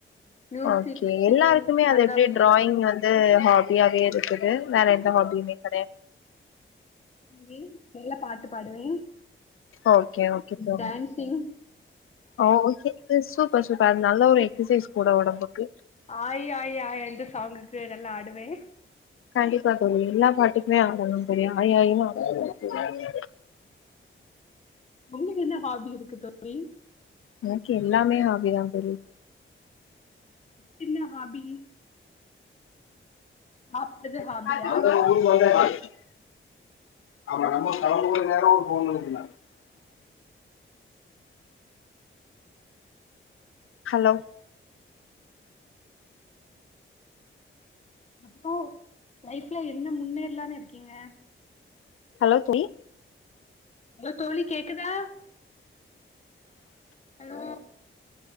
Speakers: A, on the left; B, on the left.
A: மியூசிக்
B: ஓகே
A: சிங்கிங்
B: எல்லாருக்குமே அது
A: அந்த
B: எப்படி
A: மாதிரி
B: டிராயிங் வந்து ஹாபியாவே இருக்குது வேற எந்த ஹபிமே கெடையாத்
A: மீன்ஸ் நல்ல் பாட்டு பாடுவே
B: ஓகே ஓகே தோ
A: டேன்சிங்
B: ஓகோ தோ சூப்பர் சூப்பர் அது நல்ல ஒரு எக்சசைஸ் கூட ஒடம்புக்கு
A: ஆய்யாய்யாய் இந்த சாங்குக்கு நல்லா ஆடுவே
B: கண்டிப்பா தோழி எல்லா பாட்டுக்குமே ஆடணுந் தோழி ஆயி ஆயினு ஆடணுந் தோழி
A: உங்ளுக்கு என்ன ஹாபி இருக்கு தோழி
B: எனக்கு எல்லாமே ஹாபி தா தோழி
A: சின்ன ஹாபி சாப்ட்றது
B: <unintelligible>
A: ஹாபியா
B: <unintelligible> ஹலோ
A: அப்புறோ லைஃப்ல என்ன முன்னேறலானு இருக்கீங்க
B: ஹலோ தோழி
A: ஹலோ தோழி கேக்குதா ஹலோ